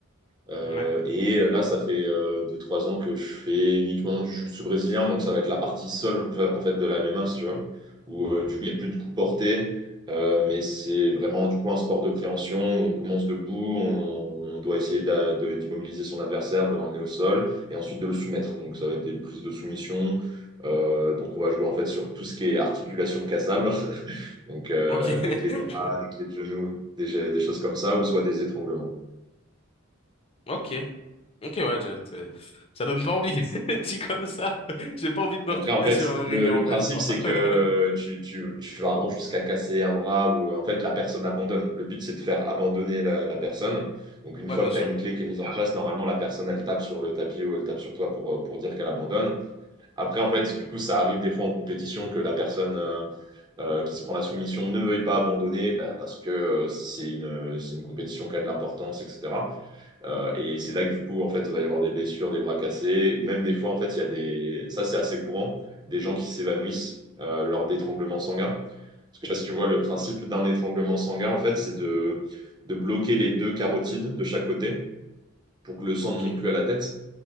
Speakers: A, on the right (about 20°); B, on the left (about 30°).
A: Euh,
B: Ouais.
A: et euh, là, ça fait deux-trois ans que je fais uniquement du jiu-jitsu brésilien, donc ça va être la partie seule en fait, en fait, de la MMA, si tu vois. où euh, du coup, il n'y a plus de coups portés, euh, mais c'est vraiment du coup un sport de préhension où on commence debout, on, on doit essayer d'a- de- d'immobiliser son adversaire, de l'emmener au sol et ensuite de le soumettre. Donc ça va être des prises de soumission. Euh, donc on va jouer en fait sur tout ce qui est articulation cassable, <laughs> donc euh,
B: Ok. <laughs>
A: des clés de bras, des clés de genoux, des, des choses comme ça, ou soit des étranglements.
B: Ok. Ok ouais je- c'est- ça donne pas envie <laughs> dit comme ça. <laughs> J'ai pas envie de me
A: Après,
B: retrouver
A: en fait,
B: sur un ring
A: le,
B: à
A: le
B: en
A: principe,
B: faire quoi.
A: c'est
B: <laughs>
A: que tu, tu, tu vas vraiment jusqu'à casser un bras ou euh, en fait la personne abandonne. Le but, c'est de faire abandonner la, la personne. Donc, une
B: Ouais
A: fois
B: bien
A: que tu
B: sûr.
A: as une clé qui est mise en place, normalement, la personne, elle tape sur le tapis ou elle tape sur toi pour, euh, pour dire qu'elle abandonne. Après, en fait, du coup, ça arrive des fois en compétition que la personne euh, euh, qui se prend la soumission ne veuille pas abandonner bah, parce que euh, c'est une, c'est une compétition qui a de l'importance, etc. Euh, et c'est là que du coup, en fait, il va y avoir des blessures, des bras cassés, ou même des fois, en fait, il y a des. Ça, c'est assez courant, des gens qui s'évanouissent euh, lors d'étranglements sanguins. Parce que je sais pas si tu vois le principe d'un étranglement sanguin, en fait, c'est de, de bloquer les deux carotides de chaque côté pour que le sang
B: Ok.
A: ne monte plus à la tête.